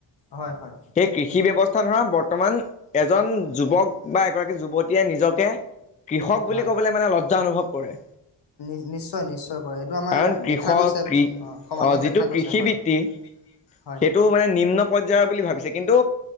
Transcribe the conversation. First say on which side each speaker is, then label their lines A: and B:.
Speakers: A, on the left; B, on the left.
A: হয় হয়
B: সেই কৃষি ব্যৱস্থা ধৰা বত তমান এজন যুৱক বা এগৰাকী যুৱতীয়ে নিজকে কৃষক বুলি
A: হয়
B: কবলে মানে লজ্জা অনুভৱ কৰে।
A: নিশ্চয়-নিশ্চয় কৰে, এইটো আমাৰ
B: কাৰণ কৃষক
A: দেখা গৈছে
B: কৃ
A: সমাজত
B: অ যিটো
A: দেখা গৈছে,
B: কৃষিবৃত্তি
A: হয়-হয়।
B: সেইটো মানে নিম্ন পৰ্যায়ত বুলি ভাবিছে, কিন্তু